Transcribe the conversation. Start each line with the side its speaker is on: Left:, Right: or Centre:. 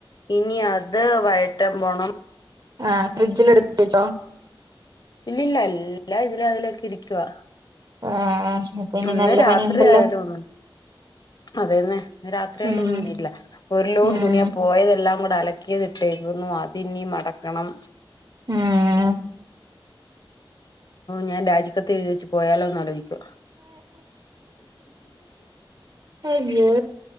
Left: ഇനി അത് വയറ്റം പോണം
Right: ആ ഫ്രിഡ്ജിൽ എടുത്ത് വച്ചോ
Left: ഇല്ലില്ല എല്ലാം ഇതിലെ അതിലെയൊക്കെ ഇരിക്കുവാ
Right: ആഹ് അപ്പൊ ഇനി
Left: ഒന്ന്
Right: നല്ല
Left: രാത്രി
Right: പണിയുണ്ടല്ലോ
Left: ആയാലോന്ന് അതേന്നെ ഇന്ന് രാത്രിയായാലും
Right: ഉം
Left: ഒന്നും തീരില്ല ഒരു ലോട്
Right: ഉം
Left: തുണി ആ പോയതെല്ലാം അലക്കിയതിട്ടേക്കുന്നു അതിനി മടക്കണം
Right: ഉം
Left: ഞാൻ രാജിക്കത്ത് എഴുതിവെച്ച് പോയാലോന്ന് ആലോചിക്കു <inaudible>
Right: അയ്യോ